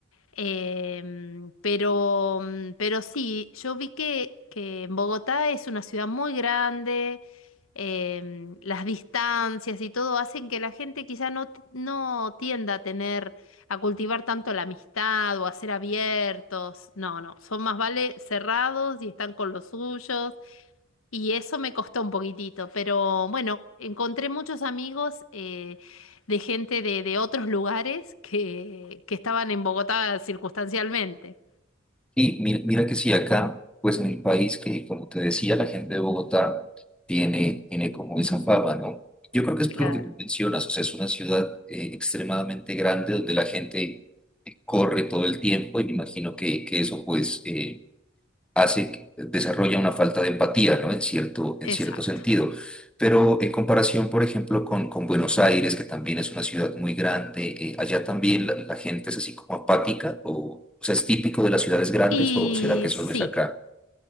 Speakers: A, on the left; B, in the centre.
A: Em, pero, mm, pero sí, yo vi que, que en Bogotá es una ciudad muy grande, em, las distancias y todo hacen que la gente quizá no, t- no tienda a tener, a cultivar tanto la amistad o a ser abiertos. No, no, son más vale cerrados y están con los suyos. Y eso me costó un poquitito, pero bueno, encontré muchos amigos eh, de gente de, de otros lugares que, que estaban en Bogotá circunstancialmente.
B: Y mira, mira que sí, acá, pues en el país, que como te decía, la gente de Bogotá tiene, tiene como esa fama, ¿no? Yo creo que es por
A: Claro.
B: lo que mencionas, o sea, es una ciudad eh, extremadamente grande donde la gente eh, corre todo el tiempo y me imagino que, que eso pues eh, hace, que- desarrolla una falta de empatía, ¿no? En cierto, en
A: Exacto.
B: cierto sentido. Pero en comparación, por ejemplo, con, con Buenos Aires, que también es una ciudad muy grande, eh, allá también la, la gente es así como apática, o, o sea, es típico de las ciudades grandes,
A: Y
B: o será que solo
A: sí,
B: es acá?